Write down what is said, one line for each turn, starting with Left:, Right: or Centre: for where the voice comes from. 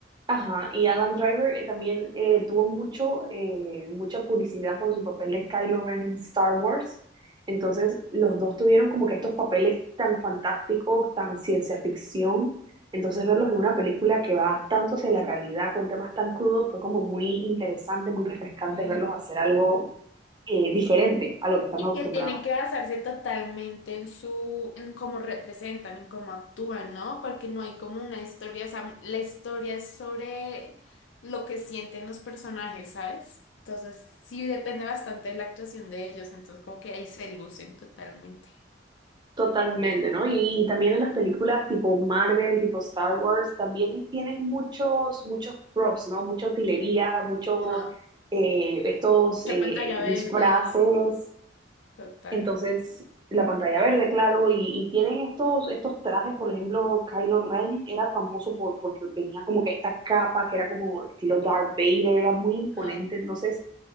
Right: Ajá, y Adam Driver eh, también eh, tuvo mucho, eh, mucha publicidad por su papel de Kylo Ren en Star Wars. Entonces, los dos tuvieron como que estos papeles tan fantásticos, tan ciencia ficción. Entonces, verlos en una película que va tanto hacia la realidad, con temas tan crudos, fue como muy interesante, muy refrescante
Left: Sí.
Right: verlos hacer algo eh, diferente a lo que estamos
Left: Y
Right: acostumbrados.
Left: que tienen que basarse totalmente en su, en cómo representan, en cómo actúan, ¿no? Porque no hay como una historia, o sea, la historia es sobre lo que sienten los personajes, ¿sabes? Entonces, sí depende bastante de la actuación de ellos, entonces como que ahí se lucen totalmente.
Right: Totalmente, ¿no? Y, y también en las películas tipo Marvel, tipo Star Wars, también tienen muchos, muchos props, ¿no? Mucha utilería, muchos
Left: Ajá.
Right: estos
Left: Mucha
Right: eh,
Left: pantalla
Right: disfraces.
Left: verde, total.
Right: Entonces, la pantalla verde, claro, y, y tienen estos, estos trajes, por ejemplo, Kylo Ren era famoso por, porque tenía como que esta capa que era como estilo Darth Vader, era muy imponente.
Left: Ajá.
Right: Entonces,